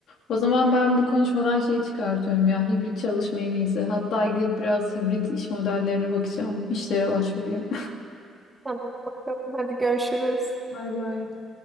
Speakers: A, on the left (about 60°); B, on the right (about 20°).
A: O zaman ben bu konuşmadan şeyi çıkartıyorum ya hibrit çalışma en iyisi hatta gidip biraz hibrit iş modellerine bakacağım işlere başvurayım.
B: Tamam bakalım hadi görüşürüz.
A: <laughs> Bay bay.